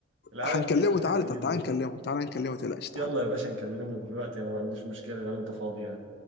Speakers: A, on the right; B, on the left.
A: العالم
B: هنكلمه
A: دي بتضحكني
B: تعالى تعالى
A: جدا
B: نكلمه تعالى نكلمه ما تقلقش تعالى
A: يلا يا باشا نكلمنا دلوقتي انا ما عنديش مشكلة لو انت فاضي يعني